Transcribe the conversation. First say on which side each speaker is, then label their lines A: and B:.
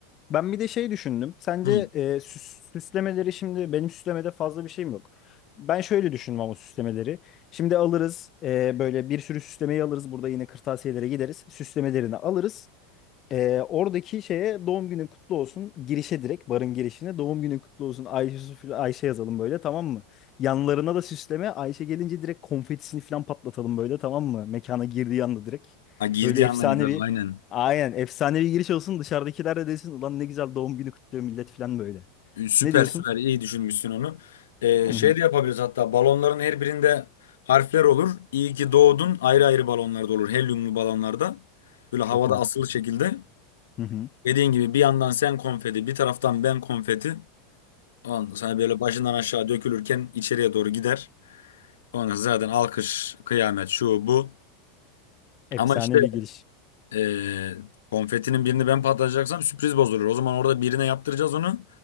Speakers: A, on the left; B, on the left.
A: Ben bir de şey düşündüm. Sence
B: Hı.
A: e, süs- süslemeleri şimdi benim süslemede fazla bir şeyim yok. Ben şöyle düşündüm ama süslemeleri. Şimdi alırız e, böyle bir sürü süslemeyi alırız. Burada yine kırtasiyelere gideriz. Süslemelerini alırız. Ee, oradaki şeye doğum günün kutlu olsun girişe direkt barın girişine doğum günün kutlu olsun Ayşe Sufil Ayşe yazalım böyle tamam mı? Yanlarına da süsleme Ayşe gelince direkt konfetisini falan patlatalım böyle tamam mı? Mekana girdiği anda direkt.
B: Ha, girdiği
A: Böyle efsane
B: andan itibaren
A: bir
B: aynen.
A: aynen efsane bir giriş olsun dışarıdakiler de desin ulan ne güzel doğum günü kutluyor millet falan böyle.
B: E, Süper
A: Ne diyorsun?
B: süper iyi düşünmüşsün onu. E,
A: Hı
B: şey
A: hı.
B: de yapabiliriz hatta balonların her birinde harfler olur. İyi ki doğdun ayrı ayrı balonlarda olur. Helyumlu balonlarda. Böyle havada
A: Çok mantıklı.
B: asılı şekilde.
A: Hı hı.
B: Dediğin gibi bir yandan sen konfeti bir taraftan ben konfeti. Ondan sonra hani böyle başından aşağı dökülürken içeriye doğru gider. Ondan sonra zaten alkış, kıyamet, şu bu.
A: Efsane
B: Ama işte
A: bir giriş
B: eee, konfetinin birini ben patlatacaksam sürpriz bozulur. O zaman orada birine yaptıracağız onu.